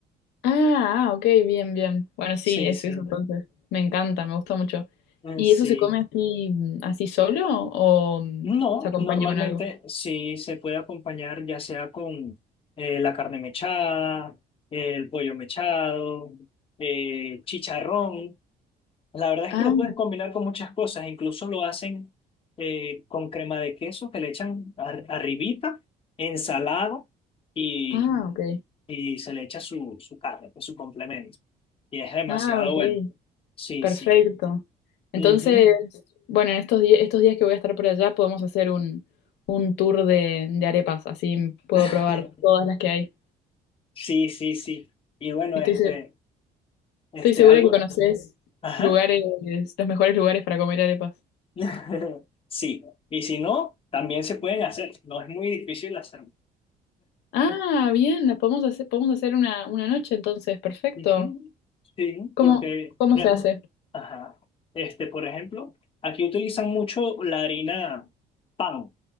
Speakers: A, on the left; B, on the left.
A: Ah, ah, ok, bien, bien. Bueno, sí,
B: Sí,
A: es
B: sí.
A: eso entonces. Me encanta, me gusta mucho.
B: Mm,
A: ¿Y
B: Sí.
A: eso se come así, así solo o mm,
B: No,
A: se acompaña
B: normalmente
A: con algo?
B: sí se puede acompañar ya sea con eh, la carne mechada, el pollo mechado, eh, chicharrón. La verdad
A: Ah,
B: es que lo puedes combinar con muchas cosas, incluso lo hacen eh, con crema de queso que le echan ar- arribita, ensalada y,
A: ah, ok.
B: y se le echa su, su carne, pues, su complemento. Y es demasiado
A: Ah, ok.
B: bueno. Sí,
A: Perfecto.
B: sí.
A: Entonces,
B: Ujú.
A: bueno, en estos días, estos días que voy a estar por allá podemos hacer un, un tour de, de arepas, así puedo
B: <laughs>
A: probar todas las que hay.
B: Sí, sí, sí. Y bueno,
A: Estoy,
B: este,
A: se-
B: este,
A: Estoy segura
B: algo,
A: que conoces
B: ajá.
A: lugares, los mejores lugares para comer arepas.
B: <laughs> Sí. Y si no, también se pueden hacer. No es muy difícil hacer
A: Ah, bien, las podemos hacer, podemos hacer una, una noche entonces, perfecto.
B: Ujú, Sí,
A: ¿Cómo,
B: porque
A: cómo
B: no
A: se
B: es
A: hace?
B: mu- Ajá. Este, por ejemplo, aquí utilizan mucho la harina pan.